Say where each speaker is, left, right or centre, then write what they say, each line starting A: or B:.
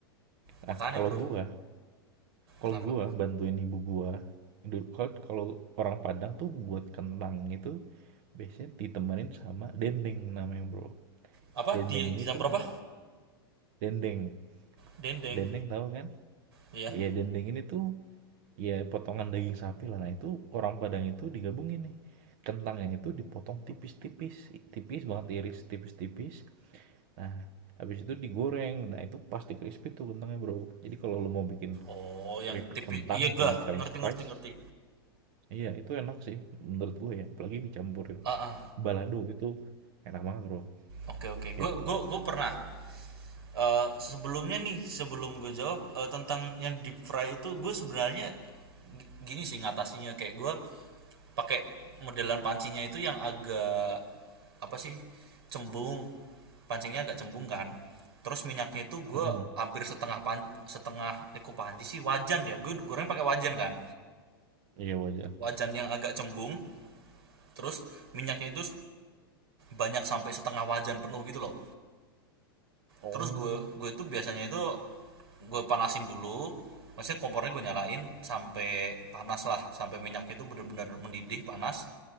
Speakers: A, on the right (about 55°); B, on the right (about 80°).
A: Nah,
B: makanya
A: kalau
B: bro
A: gua, kalau
B: kenapa
A: gua bantuin ibu gua, du- kalau kalau orang Padang tuh buat kentang itu biasanya ditemenin sama dendeng namanya, Bro.
B: apa
A: Dendeng
B: di di
A: ini
B: jam
A: tuh
B: berapa
A: dendeng.
B: dendeng
A: Dendeng tahu kan?
B: iya
A: Iya, dendeng ini tuh ya potongan daging sapi lah nah itu orang Padang itu digabungin nih kentangnya itu dipotong tipis-tipis tipis banget iris tipis-tipis nah habis itu digoreng nah itu pasti crispy tuh kentangnya bro jadi kalau lo mau bikin
B: oh yang
A: keripik
B: tipis
A: kentang
B: iya
A: bukan
B: gak
A: french
B: ngerti
A: fries
B: ngerti ngerti
A: iya itu enak sih menurut gue ya apalagi dicampurin
B: ah ah
A: balado itu enak banget bro
B: oke oke gue
A: gitu
B: gue gue pernah Eh, sebelumnya nih sebelum gue jawab eh, tentang yang deep fry itu gue sebenarnya gini sih ngatasinya kayak gue pakai modelan pancinya itu yang agak apa sih cembung pancingnya agak cembung kan terus minyaknya itu gue
A: Mm-mm.
B: hampir setengah pan setengah eko panci sih wajan ya gue goreng pakai wajan kan
A: iya wajan
B: wajan yang agak cembung terus minyaknya itu banyak sampai setengah wajan penuh gitu loh
A: oh
B: terus gue gue tuh biasanya itu gue panasin dulu maksudnya kompornya gue nyalain sampai panas lah sampai minyaknya itu bener-bener mendidih panas